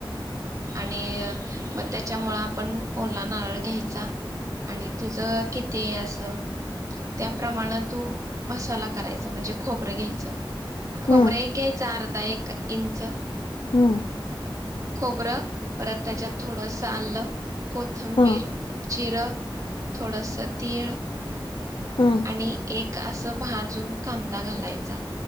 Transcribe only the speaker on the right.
आणि म त्याच्यामुळ आपण ओला नारळ घ्यायचा. आणि तुझं कि ते अस त्याप्रमाण तू मसाला करायचा म्हणजे खोबरं घ्यायचं. खोबरं
एक घ्यायचं आर धा एक इंच
खोबरं परत त्याच्यात थोडंस आलं <inaudible> कोथंबीर
जिरं, थोडासा तीळ
आणि एक असं भाजून कांदा घालायचा